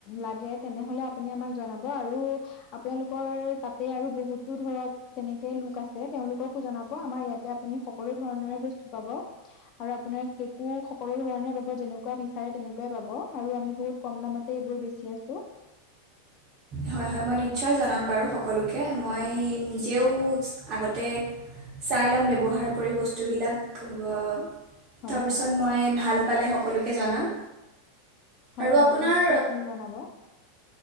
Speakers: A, on the left (about 45°); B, on the right (about 40°).
A: লাগে তেনেহলে আপুনি জনাব আৰু আপোনালোকৰ তাতে আৰু বহুত দূৰ ধৰক তেনেকে লোক আছে তেওঁলোককো জনাব। আমাৰ ইয়াত আপুনি সকলো ধৰণৰে বস্তু পাব আৰু আপোনাৰ কেকো সকলো ধৰণৰে পাব যেনেকুৱা বিচাৰে তেনেকুৱাই পাব আৰু আমি বহুত কম দামতে এইবোৰ বেচি আছো।
B: হয় হয় মই নিশ্চয় জনাম বাৰু সকলোকে মই নিজেও আগতে চাই ল'ম ব্যৱহাৰ কৰি বস্তুবিলাক অ।
A: হয়
B: তাৰপিছত
A: হয়
B: মই ভাল পালে সকলোকে জনাম।
A: হয়
B: আৰু
A: হয়
B: আপোনাৰ
A: নিশ্চয় আপুনি জনাব।